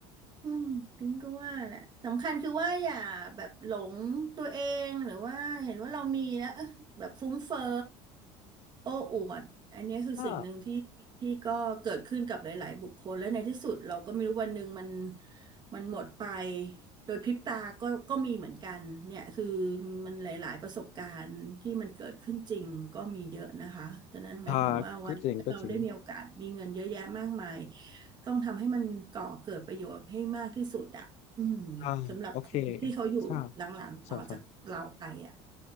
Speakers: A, on the right; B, on the left.
A: อืมปิงก็ว่าแหละสำคัญคือว่าอย่าแบบหลงตัวเองหรือว่าเห็นว่าเรามีแล้วเอ๊ะแบบฟุ้งเฟ้อโอ้อวดอันเนี้ยคือสิ่งหนึ่งที่ที่ก็เกิดขึ้นกับหลายๆ
B: ๆอ่า
A: บุคคลและในที่สุดเราก็ไม่รู้วันหนึ่งมันมันหมดไปโดยพริบตาก็ก็มีเหมือนกันเนี่ยคือมันหลายๆประสบการณ์ที่มันเกิดขึ้นจริงก็มีเยอะนะคะฉะนั้นหมายถึงว่าวันเราได้มีโอกาสมีเงินเยอะแยะมากมาย
B: อ่าก็จริงก็จริง
A: ต้องทำให้มันก่อเกิดประโยชน์ให้มากที่สุดอ่ะอืม
B: อ่าโอเค
A: สำหรับคนที่เขาอยู่หลังๆต่อจากเราไปอ่ะ
B: ใช่ใช่ใช่